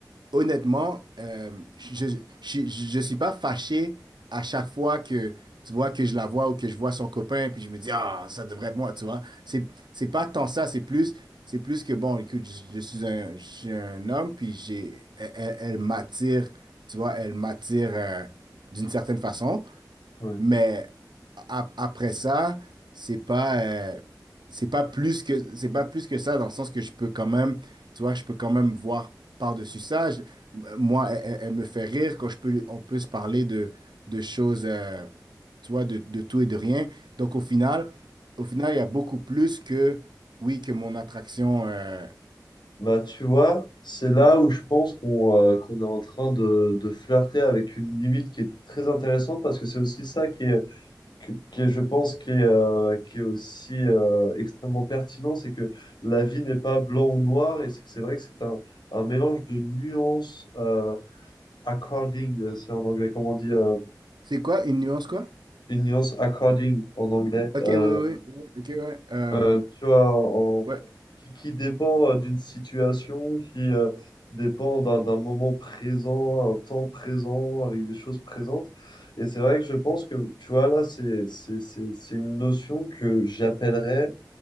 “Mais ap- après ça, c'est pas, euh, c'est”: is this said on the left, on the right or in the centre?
Right